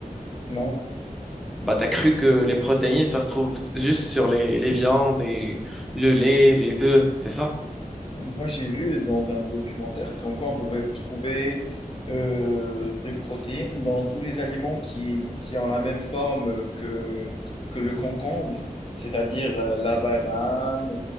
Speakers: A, on the left (about 40°); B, in the centre.
A: Non.
B: Bah, t'as cru que les protéines, ça se trouve juste sur les, les viandes et le lait, les œufs, c'est ça?
A: Moi, j'ai vu dans un documentaire comme quoi on pouvait trouver euh, des protéines dans tous les aliments qui, qui ont la même forme euh, que, que le concombre, c'est-à-dire euh, la banane,